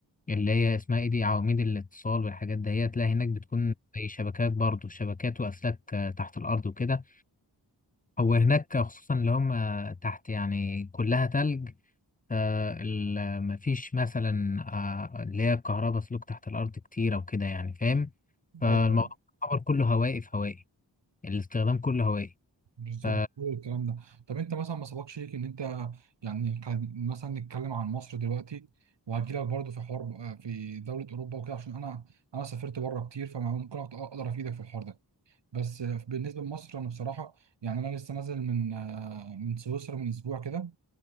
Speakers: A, on the left (about 20°); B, on the right (about 85°).
A: اللي هي اسمها ايه دي عواميد الاتصال والحاجات دهيت لا هناك بتكون زي شبكات برضو شبكات وأسلاك آه، تحت الأرض وكده هو هناك خصوصا اللي هم تحت يعني كلها تلج فال- مفيش مثلا آه، اللي هي كهرباء سلوك تحت الأرض كتير أو كده يعني فاهم فالموضوع
B: ايوه
A: يعتبر كله هوائي في هوائي الاستخدام كله هوائي
B: بالظبط
A: ف-
B: كل الكلام ده طب انت مثلا ما سبقش ليك ان انت يعني كان- مثلا نتكلم عن مصر دلوقتي وهجيلك برضو في حوار بقى في دولة أوروبا وكده عشان أنا أنا سافرت بره كتير فممكن أقدر أفيدك في الحوار ده بس بالنسبة لمصر أنا بصراحة يعني أنا لسه نازل من آه، من سويسرا من أسبوع كده